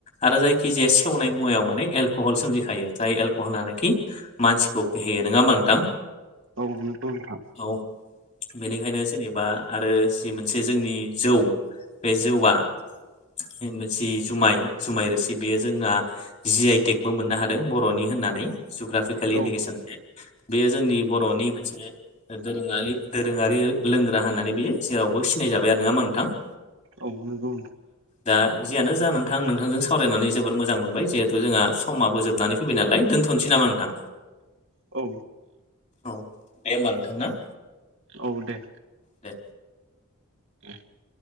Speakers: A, on the left (about 30°); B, on the right (about 55°).
A: आरो जायखि जाया सेवनाय मुवायाव माने एलकहल सोमजिखायो जाय एलक'हला नाखि मानसिखौ फेहेयो नङाहोनबा नोंथां?
B: औ नंगौ नोंथां
A: औ बेनिखायनो जेनेबा आरो जि मोनसे जोंनि जौ बे जौआ <unintelligible> जि जुमाय जुमाय रोसि बेयो जोंना जि आइ टेकबो मोननो हादों बर'नि होननानै जुग्राफिकेल इण्डेकेसन
B: औ
A: टेक। बेयो जोंनि बर'नि मोनसे दोरोङारि दोरोङारि लोंग्रा होननानै बियो जेरावबो सिनायजाबाय आरो नङा होनबा नोंथां?
B: औ नोंगौ।
A: दा जियानो जा नोंथां नोंथांजों सावरायनानै जोबोर मोजां मोनबाय जिहेथु जोंहा समाबो जोबनानैै फैबाय नालाय दोनथ नोसैनामा नोंथां?
B: औ।
A: औ दे ओमबा नोंथां ना।
B: औ दे।
A: दे
B: <inaudible>